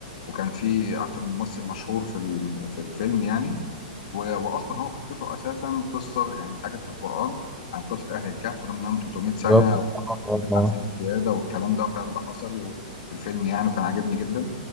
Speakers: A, on the left (about 60°); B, in the centre.
A: وكان في اكتر من ممثل مشهور في الم- في الفيلم يعني و- واصلا هو قصته اساسا قصه يعني اتحكت في القران عن قصه اهل الكهف اللي منهم 300 سنه
B: بالظبط اه آه،
A: ودفع
B: آه.
A: سنين زياده والكلام ده فعلا ده حصل وفي الفيلم يعني وكان عاجبني جدا